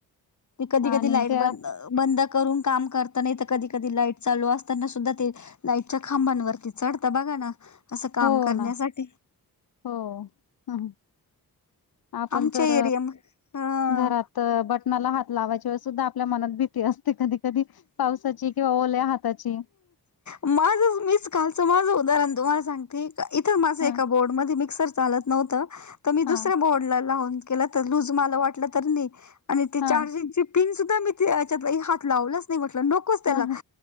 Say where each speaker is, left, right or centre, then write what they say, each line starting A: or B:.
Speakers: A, on the left; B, on the left.
A: म कधी
B: आणि
A: कधी लाईट
B: त्या
A: बंद बंद करून काम करताना हितं कधी कधी लाईट चालू असताना सुद्धा ते लाईटच्या खांबांनवरती चढता बघा ना असं काम
B: हो
A: करण्यासाठी
B: ना, हो! ह आपण
A: आमच्या
B: तर
A: एरिया म ह
B: घरात तर बटनाला हात लावायच्या वेळेस सुद्धा आपल्या मनात भीती असते ते कधी कधी पावसाची किंवा ओल्या हाताची
A: माझं मीच कालचं माझं उदाहरण तुम्हाला सांगते इथं माझं
B: ह
A: एका बोर्ड मध्ये मिक्सर चालत नव्हत, मी दुसऱ्या
B: हा
A: बोर्डला लावून केल तर लूज मला वाटलं तरी नाही आणि ते
B: हा
A: चार्जिंगचे पिन सुद्धा मी त्याच्यात हात लावलाच नाही म्हटलं नकोच त्याला
B: ह